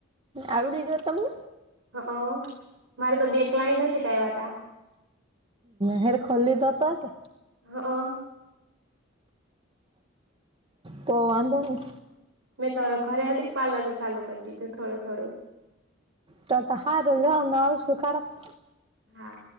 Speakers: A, on the right; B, on the right.
A: આવડી ગિયું તમને?
B: અહં. મારે તો બે ક્લાયન્ટ હતી <unintelligible>
A: હેયર <unintelligible>
B: અહં.
A: તો વાંધો નહીં.
B: મેં તો હવે ઘરે હતીક પાર્લર નું સાલુ કર દીધું થોડું-થોડું.
A: તો-તો હારું લો, અમે આવશું <unintelligible>
B: હા.